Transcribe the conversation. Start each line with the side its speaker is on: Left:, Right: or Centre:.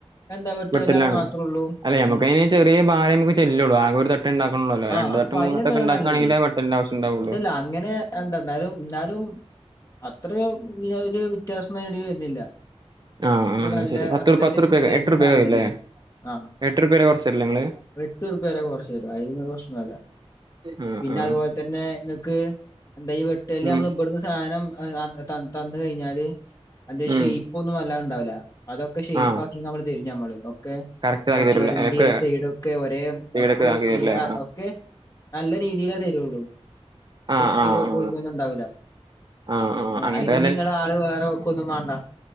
Left: എന്താ വെട്ട്കലാണ്
Right: വെട്ടലാണ്
Left: മാത്ര ഉള്ളൂ
Right: അല്ല നമുക്കതിന്
Left: ഏ
Right: ചെറിയ ഭാരേ അയ്മക്ക് ചെല്ലൊള്ളു ആകെ ഒരു തട്ടേ ഇണ്ടാക്ണൊള്ളല്ലോ
Left: ആഹ്
Right: രണ്ട്
Left: അപ്പൊ
Right: തട്ടും
Left: അയിനൊക്കെയല്ലേ
Right: മൂന്ന് തട്ടും ഒക്കെ ഇണ്ടാക്കാണെങ്കിലേ
Left: നല്ലത്.
Right: വെട്ടലിന്റെ ആവശ്യണ്ടാവൊള്ളു.
Left: ഇതല്ല അങ്ങനെ എന്തന്നാലും എന്നാലും അത്ര വല്യ ഒരു വ്യത്യാസം നേടി വരുന്നില്ല.
Right: ആ ആ
Left: ഇത്
Right: എന്നാ
Left: നല്ല
Right: ശരി പത്ത്
Left: നല്ലൊരു
Right: രൂ- പത്ത് റുപ്യ
Left: ഉയർന്ന
Right: എട്ട് റുപ്യ
Left: സാധനം
Right: ഇല്ലേ
Left: തന്നെയാണ് ആ
Right: എട്ട് റുപ്യ കുറച്ചല്ലേ നിങ്ങള്
Left: എട്ട് ഉറുപ്പേരെ കൊറച്ചു തരും അയിനൊന്നൊരു പ്രശ്നോല്ല.
Right: ആ
Left: പിന്നെ
Right: ആ
Left: അതുപോലെ തന്നെ നിങ്ങക്ക് എന്താഈ വെട്ടല്
Right: ഉം
Left: നമ്മൾ ഇബടുന് സാധനം തന്ന് കഴിഞ്ഞാല് അതിന്റെ
Right: ഉം
Left: ഷേ്പ് ഒന്നും വല്ലാണ്ടാവൂല്ല. അതൊക്കെ ഷേപ്
Right: ആ
Left: ആക്കി നമ്മള് തെരും ഞമ്മള് ഒക്കെ
Right: കറക്റ്റ്
Left: അത്
Right: ആക്കി തരില്ലേ
Left: ചൊരണ്ടി
Right: ഒക്കെ
Left: സൈഡ് ഒക്കെ ഒരേ
Right: വീടൊക്കെ
Left: ഒക്കെ
Right: ആക്കി
Left: ക്ലിയർ
Right: തരില്ലേ ആ
Left: ഒക്കെ നല്ല രീതിലേ തരൊള്ളു.
Right: ആ
Left: പൊട്ടി
Right: ആ
Left: പോ
Right: ആ
Left: പൊളിഞ്ഞൊന്നും ഇണ്ടാവൂല്ലാ.
Right: ആ ആ അങ്ങനത്തെ
Left: അതിന് നിങ്ങള് ആള് വേറെ വെക്കൊന്നും വാണ്ട.